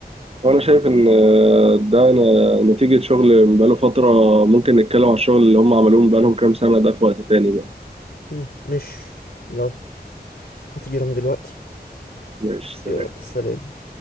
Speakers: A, on the right; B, on the left.
A: وأنا شايف إن آه، ده ن- نتيجة شغل بقاله فترة ممكن نتكلم على الشغل اللي هم عملوه بقالهم كام سنة ده في وقت تاني بقى
B: مم، مش يلا هطير انا دلوقتي
A: ماشي سلام
B: يلا سلام